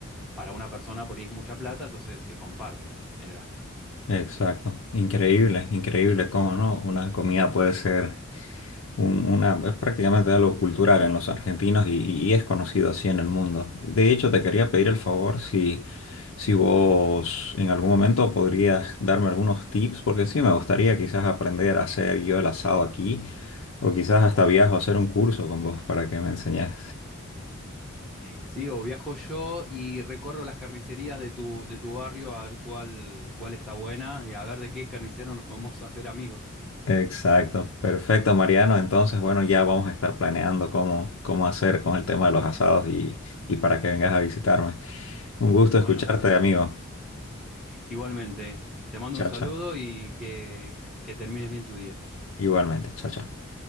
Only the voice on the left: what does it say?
exacto. Increíble, increíble cómo no. Una comida puede ser un- una, es prácticamente algo cultural en los argentinos y, y- y es conocido así en el mundo. De hecho, te quería pedir el favor si, si vos en algún momento podrías darme algunos tips, porque sí, me gustaría quizás aprender a hacer yo el asado aquí, o quizás hasta viajo a hacer un curso con vos para que me enseñes.
Exacto, perfecto, Mariano. Entonces, bueno, ya vamos a estar planeando cómo, cómo hacer con el tema de los asados y, y para que vengas a visitarme. Un gusto
escucharte, amigo.
Chao,
chao.
Igualmente, chao, chao.